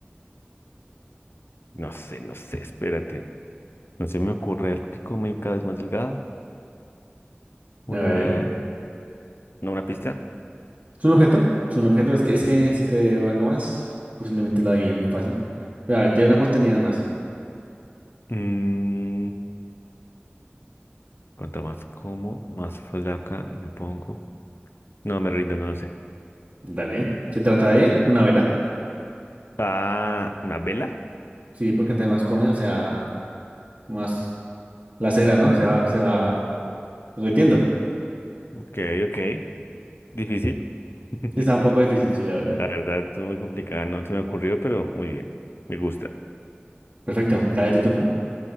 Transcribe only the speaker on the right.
a ver.
¿Es un objeto? Es un objeto, es que, es que si te digo algo más, posiblemente lo adivines muy fácil. Pero a ver, te doy una oportunidad más.
Dale. Se trata de una vela.
Sí, porque entre más come, o sea, más la cera, ¿no? Se va, se va derritiendo.
Está un poco difícil, sí, la verdad.
Perfecto. Dale tu turno.